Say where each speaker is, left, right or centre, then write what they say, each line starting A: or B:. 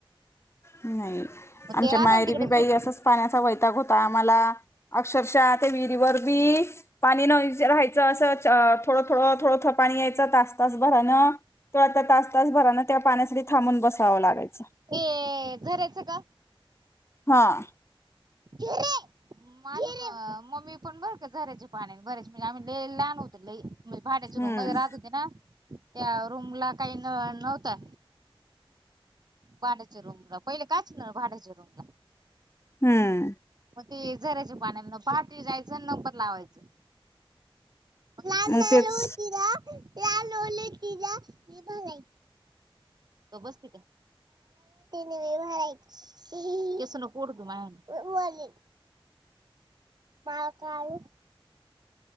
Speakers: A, on the left; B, on the right.
A: नाही,
B: मग
A: आमच्या
B: ते राहता
A: माहेरी
B: ना तिकडं
A: बी बाई
B: चूक
A: असंच पाण्याचा वैताग होता आम्हाला. अक्षरशः ते विहिरीवर बी पाणी न राहायचं, असं थोडं थोडं थोडं थोडं पाणी यायचं तास तास भरानं. तवा आता तास तास भराना त्या पाण्यासाठी थांबून बसावं लागायचं.
B: ये झर्याचं का?
A: हां.
B: झरं माझ मम्मी पण बर का झरायचे पाणी भरायची, म्हणजे आम्ही लयी लहान होत त्याएळी. म्हणजे भाड्या च्या
A: हम्म
B: रुम मधे राहत होते ना, त्या रूम ला काही नळ नव्हता. भाड्याच्या रूम ला, पहिले कायचे नळ भाड्याच्या रूम ला.
A: हम्म
B: मग ते झराची पाण्याला न, पहाटे जायचं नंबर लावायचं. लाल
A: मग
B: लाल
A: तेच
B: हो कि लाल ले कि मी पस्लाती <inaudible> केसं नको वडू तु माया बा काळ